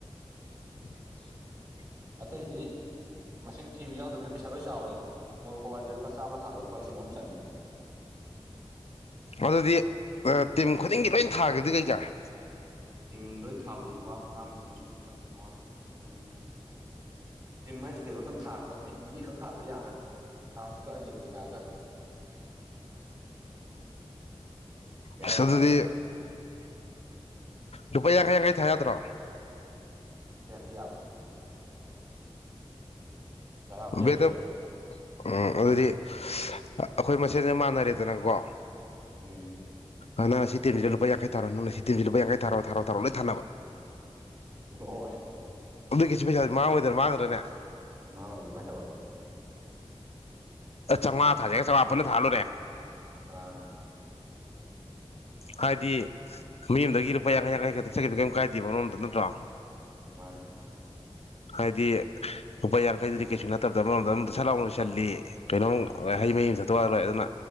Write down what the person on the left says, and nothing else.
<inaudible>
ꯑꯗꯨꯗꯤ ꯇꯤꯝ ꯈꯨꯗꯤꯡꯒꯤ ꯂꯣꯏ ꯊꯥꯒꯗꯤ ꯀꯩ ꯀꯥꯔꯦ
ꯎꯝ
ꯑꯁ ꯑꯗꯨꯗꯤ ꯂꯨꯄꯥ ꯌꯥꯡꯈꯩ ꯌꯥꯡꯈꯩ ꯊꯥ ꯌꯥꯗ꯭ꯔꯣ
ꯕꯦꯗ
ꯎꯝ ꯑꯗꯨꯗꯤ ꯑꯩꯈꯣꯏ ꯃꯁꯦꯟꯁꯦ ꯃꯥꯟꯅꯔꯦꯗꯅꯀꯣ
ꯑ ꯅꯪ ꯁꯤ ꯇꯝꯁꯤ ꯂꯨ ꯌꯥꯈꯩ ꯊꯔꯣ ꯅꯪ ꯁꯤ ꯇꯤꯁꯤ ꯂꯨ ꯌꯥꯡꯈꯩ ꯊꯔꯣ ꯊꯔꯣ ꯇꯔꯣ ꯂꯣꯏ ꯊꯥꯟꯅꯕ
ꯑꯛꯀꯤꯁꯤ ꯄꯩꯁꯥꯗꯤ ꯃꯥꯡꯉꯗꯅ ꯃꯥꯡꯈ꯭ꯔꯅꯦ
ꯆꯥꯝꯃꯉꯥ ꯊꯥꯖꯒꯦ ꯆꯥꯃꯉꯥ ꯄꯨꯟꯅ ꯊꯥꯜꯂꯨꯔꯦ
ꯍꯥꯏꯗꯤ ꯃꯌꯨꯝꯗꯒꯤ ꯂꯨꯄꯥ ꯌꯥꯡꯈꯩ ꯌꯥꯡꯈꯩ ꯈꯛꯇ ꯆꯠꯈꯤꯕꯗꯨꯣ ꯀꯩꯝ ꯀꯥꯏꯗꯦꯕ ꯅꯣꯝꯇ ꯅꯠꯇ꯭ꯔꯣ
ꯍꯥꯏꯗꯤ ꯂꯨꯄꯥ ꯌꯥꯡꯈꯩꯗꯨꯗꯤ ꯀꯩꯁꯨ ꯅꯠꯇꯕꯗ ꯑꯃꯔꯣꯝꯗ ꯑꯃꯝ ꯁ ꯂꯥꯎ ꯂꯣꯏꯁꯤꯜꯂꯤ ꯀꯩꯅꯣꯝ ꯍꯩ ꯃꯍꯨꯝ ꯆꯠꯇꯣꯛ ꯋꯥꯂꯣꯏ ꯑꯗꯨꯅ